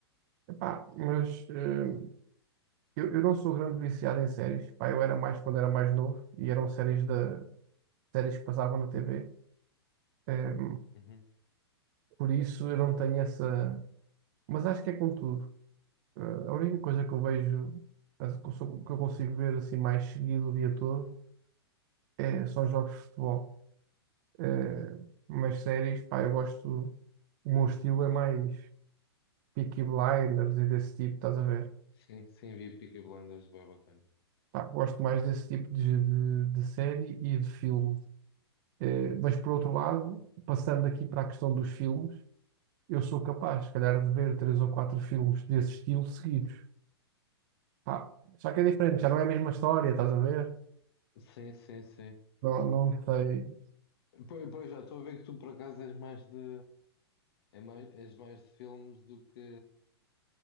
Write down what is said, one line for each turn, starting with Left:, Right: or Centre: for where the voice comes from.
Right: Epá, mas eh, eu, eu não sou grande viciado em séries. Pá, eu era mais quando era mais novo e eram séries, da, séries que passavam na TV. Eh,
Left: Uhum.
Right: por isso eu não tenho essa. Mas acho que é com tudo. Eh, a única coisa que eu vejo, as- que eu sou- que eu consigo ver assim mais seguido o dia todo, é, são jogos de futebol. Eh, mas séries, pá, eu gosto. O meu estilo é mais Peaky Blinders e desse tipo, estás a ver?
Left: Sim, sim, vi Peaky Blinders, bem bacana.
Right: Pá, gosto mais desse tipo de, de- de série e de filme. Eh, mas por outro lado, passando aqui para a questão dos filmes, eu sou capaz, se calhar, de ver três ou quatro filmes desse estilo seguidos. Pá, só que é diferente, já não é a mesma história, estás a ver?
Left: Sim, sim, sim.
Right: Não, não sei.
Left: Pois, pois já estou a ver que tu por acaso és mais de é mais, és mais de filmes do que